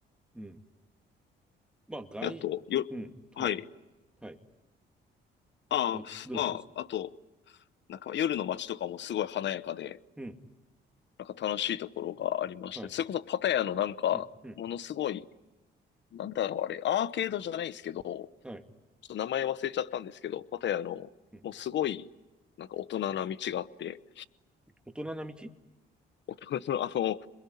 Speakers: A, in the centre; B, on the left.
A: うん。まあ、外、
B: であと、よ、
A: うん。
B: はい。
A: はい。はい。
B: ああ、
A: ど、どうぞどうぞ。
B: まあ、あと、なんか夜の街とかもすごい華やかで、
A: うん。
B: なんか楽しいところがありまして、
A: はい。
B: それこそパタヤのなんか、
A: うん。うん。
B: ものすごい、なんだろうあれ、アーケードじゃないですけど、ちょ
A: はい。
B: っと名前忘れちゃったんですけど、パタヤの、
A: うん。
B: もうすごい、なんか大人な道があって、
A: 大人な道
B: <laughs> 大人のあの、